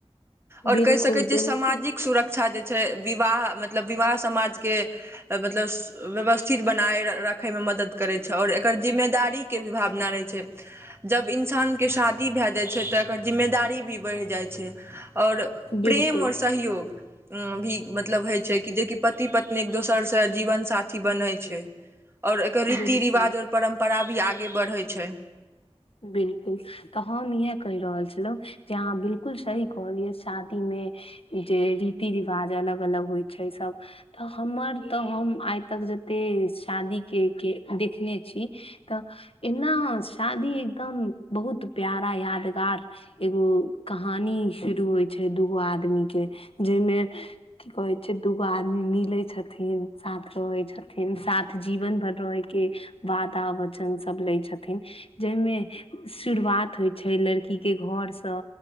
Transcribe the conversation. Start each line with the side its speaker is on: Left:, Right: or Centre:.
Right: और
Left: बिल्कुल
Right: कैह सकै छियै
Left: बिल्कुल
Right: सामाजिक सुरक्षा जे छै विवाह, मतलब विवाह समाज के अ-मतलब स-व्यवस्थिद बनाय र-राखय में मदद करै छै और एकर जिम्मेदारी के भी भाबना रहै छै जब इन्सान के शादी भे जै छै तऽ एकर जिम्मेदारी भी बैढ़ जै छै। और
Left: बिल्कुल
Right: प्रेम और सहयोग हूं भी मतलब होइ छै कि जे कि पति-पत्नी क दोसर से जीवन-साथी बन्है छै। और एकर रीति-रिवाज
Left: बिल्कुल
Right: और परम्परा भी आगे बढै छै।
Left: बिलकुल। तऽ हम इहे कैह रहल छलौं जे अहाँ बिलकुल सही कहलियै शादी में जे रीति-रिवाज अलग-अलग होइ छै सब। त हमर तऽ हम आइ तक जते शादी के-के देखने छी तऽ एन्ना शादी एकदम बहुत प्यारा यादगार एगो कहानी शुरू होइ छै दूगो आदमी के जै में की कहै छै दू-गो आदमी मिलै छथिन, साथ रहै छथिन साथ जीबन भर रऐ के वादा वचन सब लै छथिन। जै में शुरुवात होइ छै लड़की के घर स